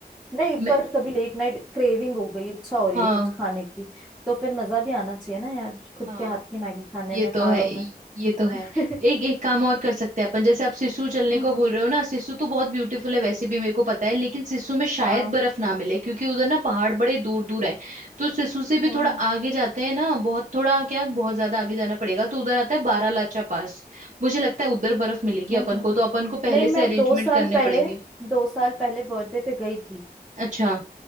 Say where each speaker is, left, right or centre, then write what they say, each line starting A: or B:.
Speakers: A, in the centre; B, on the right.
A: नहीं
B: मैं
A: पर कभी लेट नाइट क्रेविंग हो गई इच्छा हो रही
B: हाँ
A: है कुछ खाने की तो फिर मजा भी आना चाहिए ना यार खुद
B: हाँ
A: के हाथ की मैगी खाने
B: ये
A: में
B: तो
A: पहाड़ों
B: है
A: में
B: ये ये तो है
A: <laughs>
B: एक एक काम और कर सकते हैं अपन जैसे आप सिसु चलने
A: हम्म
B: को बोल रहे हो ना सिसु तो बहुत ब्यूटीफुल है वैसे भी मेरे को पता है लेकिन सिसु में शायद
A: हाँ
B: बर्फ ना मिले क्योंकि उधर ना पहाड़ बड़े दूर दूर है तो सिसु से भी
A: हम्म
B: थोड़ा
A: हम्म
B: आगे जाते हैं ना बहुत थोड़ा क्या बहुत ज्यादा आगे जाना पड़ेगा तो उधर आता है बारालाचा पास मुझे लगता है उधर बर्फ मिलेगी
A: हम्म।
B: अपन
A: हम्म।
B: को तो अपन को पहले
A: नहीं मैं
B: से अरेंजमेंट
A: दो साल
B: करने
A: पहले
B: पड़ेंगे
A: दो साल पहले बर्थडे पे गई थी
B: अच्छा